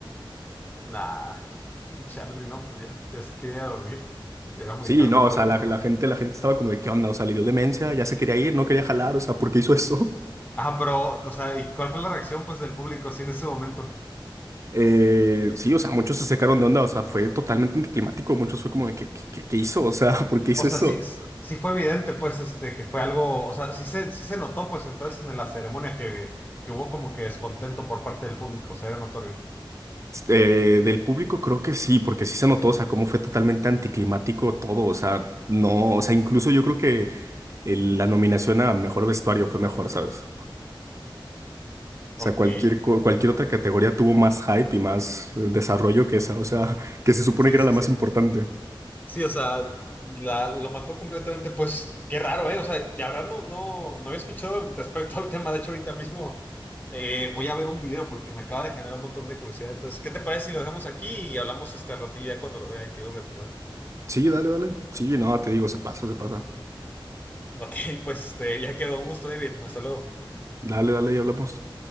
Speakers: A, on the left (about 20°); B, on the right (about 35°).
A: nada. <laughs> Chale, no, pues ya, ya se quería dormir. Ya era muy
B: Sí,
A: tarde
B: no,
A: para
B: o sea,
A: él.
B: la, la gente, la gente estaba como de, ¿qué onda? O sea, le dio demencia, ya se quería ir, no quería jalar, o sea, ¿por qué hizo eso? <laughs>
A: Ajá, pero, o sea, ¿y cuál fue la reacción, pues, del público así en ese momento?
B: Eh, sí, o sea, muchos se sacaron de onda, o sea, fue totalmente anticlimático, muchos fue como de, ¿qué, qué, qué qué hizo? O sea, <laughs> ¿por qué hizo
A: O sea,
B: eso?
A: sí, sí fue evidente, pues, este, que fue algo, o sea, sí se, sí se notó, pues, entonces en la ceremonia que, que hubo como que descontento por parte del público, o sea, era notorio.
B: Eh, del público creo que sí, porque sí se notó, o sea, cómo fue totalmente anticlimático todo, o sea, no, o sea, incluso yo creo que el- la nominación a mejor vestuario fue mejor, ¿sabes?
A: Ok.
B: O sea, cualquier, co- cualquier otra categoría tuvo más hype y más eh, desarrollo que esa, o sea, <laughs> que se supone
A: Sí,
B: que era
A: sí,
B: la
A: sí.
B: más importante.
A: Sí, o sea, la- lo mató completamente. Pues qué raro, ¿eh? O sea, de verdad no, no, no había escuchado respecto al tema. De hecho, ahorita mismo eh, voy a ver un video porque me acaba de generar un montón de curiosidad. Entonces, ¿qué te parece si lo dejamos aquí y hablamos este ratilla cuando lo vea y te digo mi opinión?
B: Sí, dale, dale. Sí, no, te digo, se pasa, se pasa.
A: Ok, pues este, ya quedó. Un gusto, David. Hasta luego.
B: Dale, dale y hablamos.